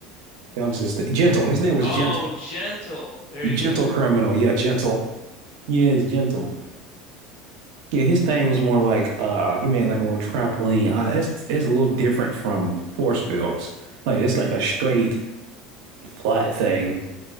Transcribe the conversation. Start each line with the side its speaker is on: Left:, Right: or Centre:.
Right: That was his thing. Gentle. His name was
Left: Oh,
Right: Gentle.
Left: gentle. There you
Right: Gentle
Left: go.
Right: criminal. Yeah, Gentle. Yes, Gentle. Yeah, his thing was more like uh, he made like a little trampoline. Uh, it's it's a little different from force fields. Like it's like a straight flat thing.